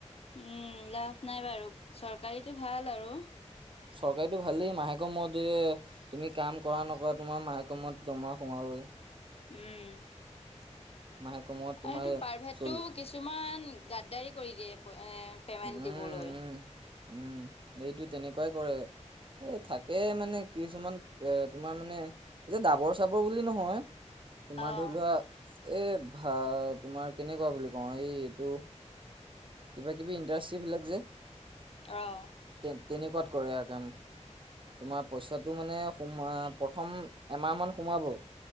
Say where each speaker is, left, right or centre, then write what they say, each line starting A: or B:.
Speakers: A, on the left; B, on the right.
A: উম লাভ নাই বাৰু চৰকাৰীটো ভাল আৰু।
B: চৰকাৰী ভালেই মাহেক মোৰত যে তুমি কাম কৰা নকৰা তোমাৰ মাহেক মোৰত দৰমহা সোমাব। <unintelligible>
A: উম। আৰু
B: মাহেকৰ মূৰত তোমাৰ
A: এইটো প্ৰাইভেটটো
B: চল
A: কিছুমান গাদ্দাৰি কৰি দিয়ে এপ এ পেমেন্ট
B: উম উম
A: দিবলৈ।
B: উম এইটো তেনেকুৱাই কৰে। এ থাকে মানে কিছুমান এ তোমাৰ মানে এতিয়া ডাবৰ চাবৰ বুলি নহয়। তোমাৰ
A: অ',
B: ধৰি লোৱা এ ভা তোমাৰ কেনেকুৱা বুলি কওঁ এই এইটো কিবা কিবি ইণ্ডাষ্ট্ৰীবিলাক যে?
A: অহ।
B: তে তেনেকুৱাত কৰে আ কাম। তোমাৰ পইচাটো মানে সোমা প্ৰথম এমাহমান সোমাব।